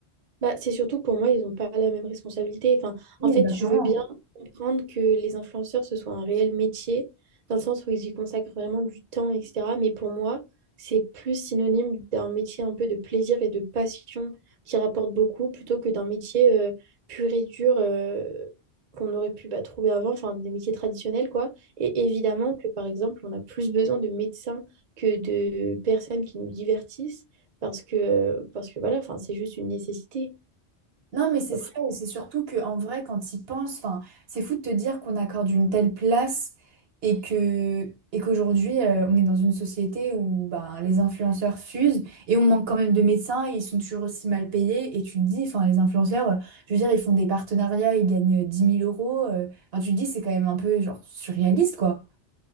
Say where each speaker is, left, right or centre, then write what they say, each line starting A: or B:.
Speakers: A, on the right; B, on the right.
A: Bah, c'est surtout que pour moi, ils n'ont pas la même responsabilité. Enfin,
B: Oui,
A: en fait,
B: bah clairement.
A: je veux bien comprendre que les influenceurs, ce soit un réel métier, dans le sens où ils y consacrent vraiment du temps, etc. Mais pour moi, c'est plus synonyme d'un métier un peu de plaisir et de passion qui rapporte beaucoup, plutôt que d'un métier euh, pur et dur euh, qu'on aurait pu bah, trouver avant, enfin des métiers traditionnels, quoi. Et évidemment que, par exemple, on a plus besoin de médecins que de personnes qui nous divertissent, parce que, euh, parce que voilà, enfin, c'est juste une nécessité.
B: Non, mais c'est
A: Après-
B: ça, et c'est surtout que en vrai, quand ils pensent, enfin, c'est fou de te dire qu'on accorde une telle place et que et qu'aujourd'hui, euh, on est dans une société où ben, les influenceurs fusent et on manque quand même de médecins et ils sont toujours aussi mal payés. Et tu te dis, enfin, les influenceurs, euh, je veux dire, ils font des partenariats, ils gagnent euh, dix mille euros. euh, enfin, tu te dis, c'est quand même un peu genre surréaliste, quoi.